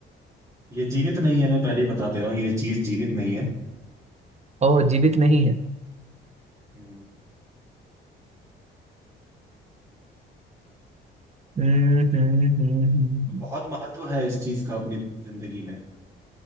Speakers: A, on the right (about 15°); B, on the right (about 35°).
A: <laughs> ये जीवित नहीं है मैं पहले ही बता दे रहा हूँ ये चीज जीवित नहीं है
B: ओ जीवित नहीं है
A: हम्म
B: हम्म हम्म हम्म, हम्म।
A: बहुत महत्व है इस चीज का अपनी जिंदगी में